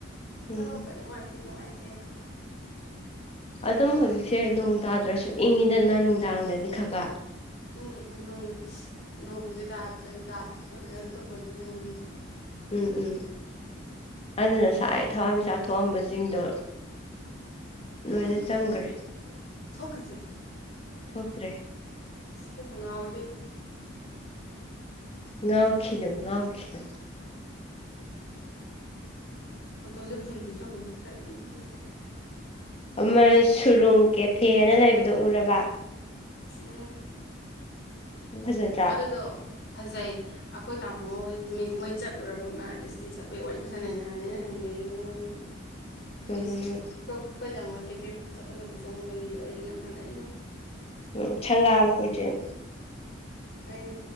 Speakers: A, on the left; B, on the left.
A: ꯃꯊꯠꯂꯣ
B: ꯎꯝ
A: ꯅꯨꯡꯉꯥꯏꯇꯦ ꯅꯨꯡꯉꯥꯏꯇꯦꯅ
B: ꯑꯗꯨꯝ ꯍꯧꯖꯤꯛꯁꯦ ꯅꯣꯡ ꯇꯥꯗ꯭ꯔꯁꯨ ꯏꯪꯉꯤꯗꯅ ꯅꯨꯡꯗꯥꯡꯗꯗꯤ ꯈꯔ ꯈꯔ
A: ꯏꯪꯉꯤ ꯏꯪꯉꯤ ꯅꯣꯡꯁꯦ ꯇꯥꯔ ꯇꯥꯔꯛꯄ ꯀꯩꯅꯣ ꯇꯧꯕꯒꯤ ꯃꯅꯤꯟꯗꯣ
B: ꯎꯝ ꯎꯝ ꯑꯗꯨꯅ ꯉꯁꯥꯏ ꯊꯋꯥꯟꯃꯤꯆꯥꯛ ꯊꯣꯛꯑꯝꯕꯁꯤꯡꯗꯣ
A: ꯊꯣꯛꯈꯤꯗ꯭ꯔꯦ
B: ꯂꯣꯏꯅ ꯆꯪꯒ꯭ꯔꯦ
A: ꯊꯣꯛꯈꯤꯗ꯭ꯔꯦ ꯊꯣꯛꯈꯤꯗ꯭ꯔꯦ
B: ꯊꯣꯛꯇ꯭ꯔꯦ
A: ꯀꯣꯛꯀ ꯉꯥꯎꯋꯤꯍꯦ
B: ꯉꯥꯎꯈꯤꯅꯨ ꯉꯥꯎꯈꯤꯅꯨ
A: ꯅꯥꯇꯣꯟꯁꯤ ꯐꯨꯜꯂꯤꯁꯤ ꯌꯦꯛꯉꯨꯅꯦ ꯈꯔ ꯏꯪꯕꯒꯤ
B: ꯑꯃ ꯁꯨꯔꯨꯡ ꯀꯦꯐꯦꯅ ꯂꯩꯕꯗꯣ ꯎꯔꯕ
A: ꯎꯝ
B: ꯐꯖꯗ꯭ꯔꯥ
A: ꯑꯗꯨꯗꯣ ꯐꯖꯩ ꯑꯩꯈꯣꯏ ꯇꯥꯃꯣ ꯍꯣꯏꯁꯦ ꯃꯤꯁꯤ ꯃꯣꯏ ꯆꯠꯂꯨꯔꯕ ꯃꯥꯜꯂꯦ ꯏꯁꯇꯤ ꯆꯠꯄꯩ ꯋꯥꯔꯤꯒ ꯁꯥꯟꯅꯩ ꯅꯍꯥꯟ ꯑꯩꯅ ꯍꯟꯕꯩꯗꯨꯗ ꯃꯣꯏꯗꯤ ꯏꯁ ꯑꯩꯈꯣꯏ
B: ꯎꯝ
A: ꯑꯩꯈꯣꯏ ꯇꯥꯃꯣ ꯀꯦꯐꯦ ꯐꯖ ꯐꯖꯕ ꯆꯪꯕꯒꯤ ꯋꯥꯔꯤꯒ ꯌꯥꯝ ꯁꯥꯟꯅꯔꯤꯝꯅꯤ
B: ꯎꯝ ꯁꯪꯒꯥꯕ ꯀꯨꯏꯗ꯭ꯔꯤꯝ
A: ꯑꯩꯅ